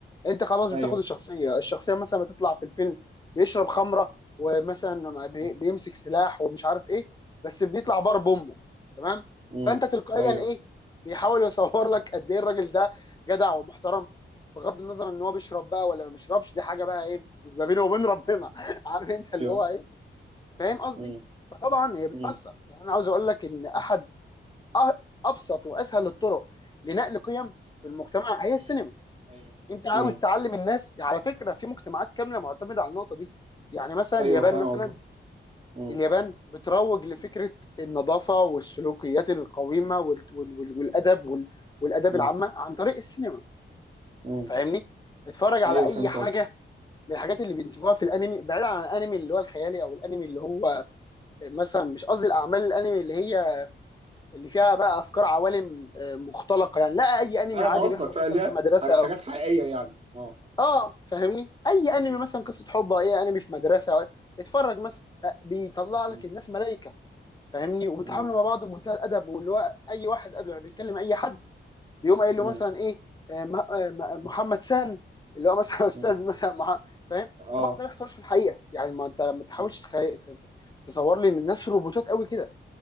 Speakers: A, on the left (about 20°); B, on the right (about 30°).
A: انت خلاص بتاخد
B: ايوه
A: الشخصيه الشخصيه مثلا ما تطلع في الفيلم بيشرب خمره ومثلا بي-
B: مم.
A: بيمسك سلاح ومش عارف ايه بس بيطلع بار بامه تمام
B: مم.
A: فانت تلقائيا
B: ايوه
A: ايه بيحاول يصور لك قد ايه الراجل ده جدع ومحترم بغض النظر ان هو بيشرب بقى ولا ما بيشربش دي حاجه بقى ايه ما بينه وبين ربنا
B: مم.
A: <laughs> عارف انت
B: ايوه
A: اللي هو ايه فاهم قصدي
B: مم.
A: فطبعا هي بتاثر
B: مم.
A: يعني انا عاوز اقول لك ان
B: مم.
A: احد أ- ابسط واسهل الطرق لنقل قيم في المجتمع هي
B: مم.
A: السينما
B: ايوه
A: انت عاوز
B: مم.
A: تعلم الناس على فكره في مجتمعات كامله معتمده على النقطه دي يعني مثلا
B: ايوه
A: اليابان
B: فاهم
A: مثلا
B: قصدك مم.
A: اليابان بتروج لفكره النظافه والسلوكيات القويمه وال... وال... وال... والادب وال... والاداب
B: مم.
A: العامه عن طريق السينما
B: مم.
A: فاهمني اتفرج على
B: ايوه
A: اي
B: فهمت
A: حاجه
B: قصدك
A: من الحاجات اللي بينتجوها في الانمي بعيد عن الانمي اللي هو الخيالي او الانمي اللي هو مثلا مش قصدي الاعمال الانمي اللي هي اللي فيها بقى افكار عوالم آه، مختلقه يعني لا اي انمي
B: فاهم
A: عادي
B: قصدك
A: بيحصل
B: فاهم
A: مثلا
B: ليه
A: في مدرسه
B: حاجة- حاجات حقيقية يعني اه
A: اه فاهمني اي انمي
B: م-
A: مثلا قصه حب او اي انمي في مدرسه أو... أي- اتفرج مثلا ه- بيطلع لك
B: م-
A: الناس ملائكه فاهمني وبيتعاملوا
B: م-
A: مع بعض بمنتهى الادب واللي هو اي واحد قبل ما بيتكلم اي حد بيقوم قايل
B: م-
A: له مثلا ايه آه، م- آه، م- آه،
B: م-
A: محمد سان اللي هو مثلا <laughs> استاذ
B: م-
A: مثلا مع... فاهم
B: اه
A: طبعا ده ما بيحصلش في الحقيقه يعني ما انت ما تحاولش
B: م-
A: تخي... ت- ت- تصور لي ان الناس روبوتات قوي كده